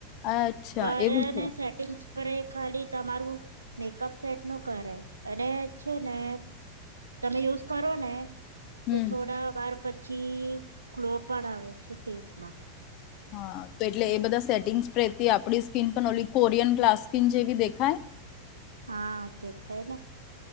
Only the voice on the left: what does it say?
અચ્છા
એવું છે
હમ
હા તો એટલે એ બધા સેટિંગ્સ પ્ર આપણી સ્કીન પણ ઓલ કોરિયન ક્લાસ્કીિન જેવી દેખાય